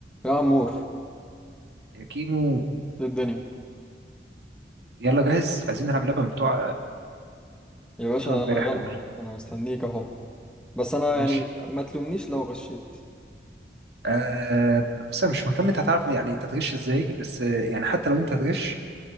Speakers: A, in the centre; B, on the right (about 75°).
A: يا عمور
B: يا كيمو
A: ايه الدنيا
B: يلا جاهز عايزين نلعب لعبة من بتوع
A: يا
B: من
A: باشا
B: بتوع امبارح
A: يلا
B: دول
A: انا مستنيك اهو بس انا
B: ماشي
A: يعني ما تلومنيش لو غشيت
B: آه بص انا مش مهتم انت هتعرف يعني انت هتغش ازاي بس آه يعني حتى لو انت هتغش